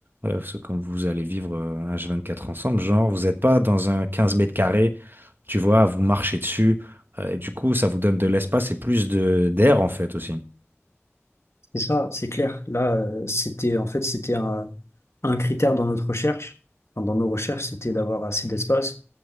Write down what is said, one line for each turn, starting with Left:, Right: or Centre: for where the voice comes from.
Right: euh, parce que quand vous allez vivre euh, un H24 ensemble, genre, vous n'êtes pas dans un 15 mètres carrés, tu vois, à vous marcher dessus. Euh, et du coup, ça vous donne de l'espace et plus de d'air, en fait, aussi.
Left: Et ça, c'est clair. Là, euh, c'était en fait, c'était un, un critère dans notre recherche, enfin, dans nos recherches, c'était d'avoir assez d'espace